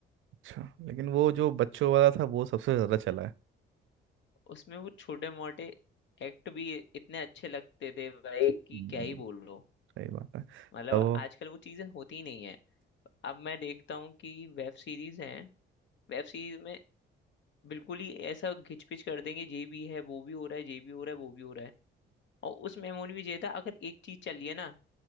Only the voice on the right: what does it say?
अच्छा लेकिन वो जो बच्चों वाला था वो सबसे ज़्यादा चला
हम्म,
सही बात है
तो